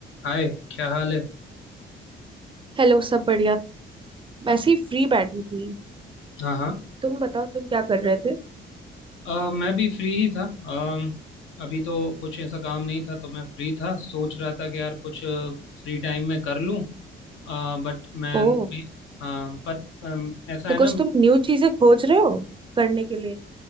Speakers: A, on the left; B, on the right.
A: हाय क्या हाल है
B: Hello सब बढ़िया वैसे ही फ्री बैठी थी
A: हाँ हाँ
B: तुम बताओ तुम क्या कर रहे थे
A: अ, मैं भी फ्री ही था अम, अभी तो कुछ ऐसा काम नहीं था तो मैं फ्री था सोच रहा था कि यार कुछ फ्री टाइम में कर लूं बट मैं
B: ओह
A: भी हाँ पर अम, ऐसा
B: तो
A: है
B: कुछ
A: ना
B: तुम न्यू चीजें खोज रहे हो करने के लिए